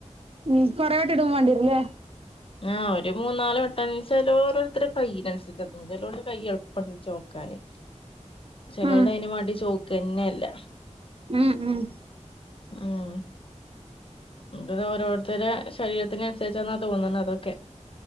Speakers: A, on the right (about 50°); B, on the left (about 45°).
A: ഉം കൊറേയാട്ട് ഇടും വണ്ടിയെരുല്ലെ?
B: ആ ഒരു മൂന്നാല് വട്ടം ചേലോര് അത്ര കൈനനുസര്ച്ചാന്ന് തോന്ന്ണ് ചെലോലെ കൈ എളുപ്പം ണ് ചോക്കാന് ചെലോടെ
A: ഉം
B: അയിനും മേണ്ടി ചോക്കന്നെയ്ല്ല.
A: ഉം ഉം.
B: ഉം അത് ഓരോരുത്തരടെ ശരീരത്തിനൻസരിച്ചെന്നാ തോന്ന്ണ് അതൊക്കെ.